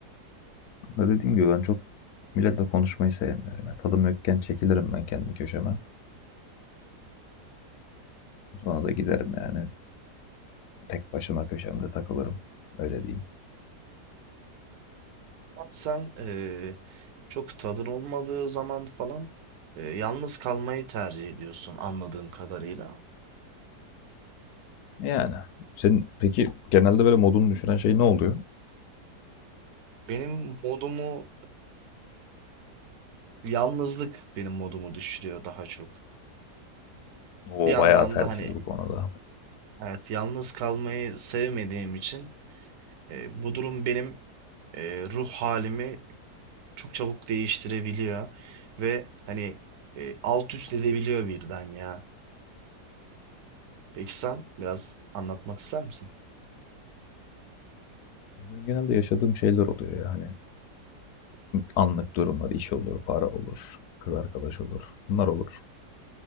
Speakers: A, on the left; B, on the right.
A: Ama dediğim gibi ben çok milletle konuşmayı sevmiyorum. Yani tadım yokken çekilirim ben kendi köşeme. Sonra da giderim yani tek başıma köşemde takılırım. Öyle diyeyim.
B: Sen e, çok tadın olmadığı zaman falan e, yalnız kalmayı tercih ediyorsun anladığım kadarıyla.
A: Yani senin peki genelde böyle modunu düşüren şey ne oluyor?
B: Benim modumu Yalnızlık benim modumu düşürüyor daha çok.
A: O
B: Bir yandan
A: bayağı tersiz
B: da hani
A: bu konuda.
B: evet yalnız kalmayı sevmediğim için e, bu durum benim e, ruh halimi çok çabuk değiştirebiliyor ve hani e, alt üst edebiliyor birden ya. Peki sen biraz anlatmak ister misin?
A: Benim genelde yaşadığım şeyler oluyor yani anlık durumlar, iş olur, para olur, kız arkadaş olur, bunlar olur.